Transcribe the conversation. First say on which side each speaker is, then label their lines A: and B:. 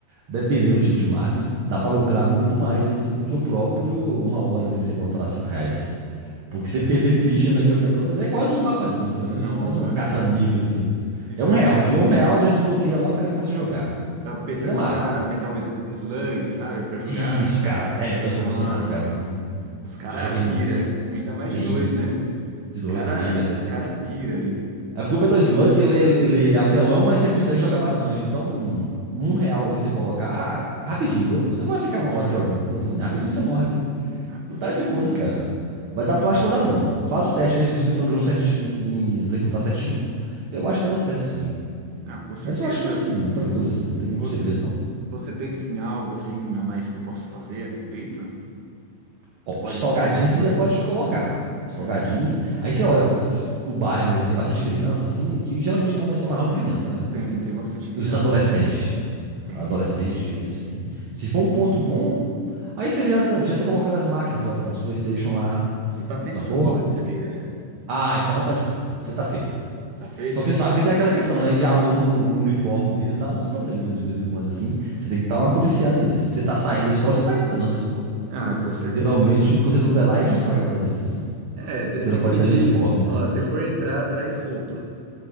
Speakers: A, on the right; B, on the right.
A: dependendo do tipo de máquina, dá pra lucrar muito mais assim do que o próprio uma hora ali você bota lá cinco reais. Porque
B: Com
A: se
B: certeza.
A: você perder ficha naquele negócio, ele é quase um bapa-níquel,
B: Nossa.
A: né? É quase um caça-níquel, assim.
B: Isso
A: É um
B: é verdade.
A: real. Enfiou um real, já desbloqueia lá, o cara começa a jogar.
B: Tava pensando
A: Mas é
B: em
A: massa.
B: colocar Metal Slug, sabe? Pra jogar.
A: Isso, cara. É, Metal
B: Daí,
A: Slug
B: nossa.
A: o pessoal gosta pra caramba. viu?
B: Os cara
A: Já joguei
B: pira.
A: muito.
B: Ainda mais
A: Sim,
B: de dois, né? Os
A: de dois
B: cara,
A: ali, Metal
B: os
A: Slug.
B: cara pira ali.
A: É porque o Metal Slug, ele, ele- ele é apelão, mas você consegue jogar bastante. Então, um real ali você colocar, ah, rapidinho, deu? Você não vai ficar uma hora jogando. Então, assim, rapidinho você morre ali.
B: Ah, com
A: E tá
B: certeza.
A: de boas, cara. Vai dar, acho que vai dar bom. Faz o teste, né? Se você planejou certinho, assim, executar certinho, eu acho que vai dar certo, sim.
B: Ah, com certeza.
A: Mas eu acho que, é, assim, tranquilo, assim, não tem
B: Vo-
A: segredo, não.
B: Você pensa em algo assim a mais que eu posso fazer a respeito?
A: Ó,
B: Que pode
A: o salgadinho
B: atrair pessoas?
A: você já pode colocar.
B: Hum,
A: Salgadinho. Aí você olha, o bairro aí tem bastante criança, assim, que geralmente quem vai mais pela house é criança, né?
B: Tem, tem bastante criança.
A: Os adolescentes.
B: Tem,
A: Adolescente,
B: tem.
A: assim. Se for um ponto bom, aí você já tá, já tá colocando as máquinas, você vai botar uns PlayStation lá,
B: Tem bastante
A: sacou?
B: escola, pra você ter ideia.
A: Ah, então tá de boa. Você tá feito.
B: Tá feito?
A: Só que você sabe que tem aquela questão, né? De aluno com uniforme dentro dá uns probleminhas de vez em quando, assim. Você tem que estar uma policiada nisso. Se você tá saindo da escola, você tá entrando na escola.
B: Ah, com certeza.
A: Geralmente, o conselho tutelar enche o saco por causa disso, assim.
B: É, te-
A: Você
B: tem
A: não pode
B: que pedir,
A: estar de uniforme, né?
B: ó, se for entrar, traz roupa.